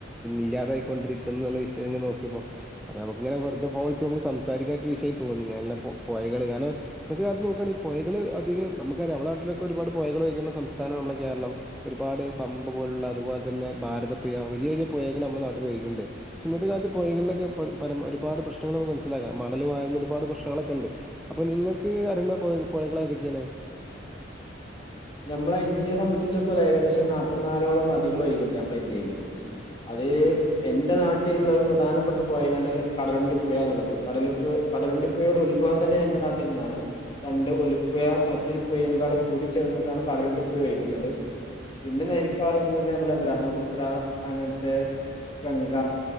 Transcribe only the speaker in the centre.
ഇല്ലാതായി കൊണ്ടിരിക്കുന്നുള്ള വിം ശരി നോക്ക ഇപ്പൊ അപ്പൊ നമുക്ക്ങ്ങനെറു ഫോളിച്ചച്ച് നമു സംസാൻ ഒരു വിയം തോന്നിങ്ങനല്ല പോയകള് കാരണം ഇത്തെ കാലത്ത് നോുയാണ പുയക അധികം നമുക്ക അറിയാം നമ്മുടെ നട്ടിലൊക്കെ ഒരുപാട് പോയകൾ വഴിക്കേണ്ട സംസ്ഥാനമാണ് നമ്മുടെ കേരളം ഒരുപാട് പമ്പ് പോലെ ഉള്ള അതുപോലെ തന്നെ ഭാരത പുുയ വലിയ വലിയ പുഴകൾ നമ്മുടെ നാട്ടിൽ വൈകുന്നുണ്ട് പക്ഷ ഇന്നത്തെ കാലത്ത് പുഴകളിലൊക്കെ ര ഒരുപാട് പ്രശ്നങ്ങൾ നമു മനസിലാം മണൽ വുന്ന ഒരുപാ പ്രശ്നങ്ങളൊക്കെണ്ട് അപ്പോൊ നിങ്ങൾക്ക് അറിയ ള ഏതൊക്കെയാണ്